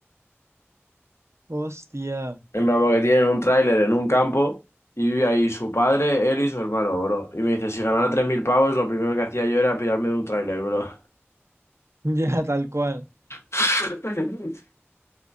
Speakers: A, on the right (about 75°); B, on the left (about 70°).
A: Hostia,
B: En plan, porque tienen un tráiler en un campo y vive ahí su padre, él y su hermano, bro. Y me dice, si ganara 3.000 pavos, lo primero que hacía yo era pirarme de un tráiler, bro.
A: ya tal cual.
B: <laughs>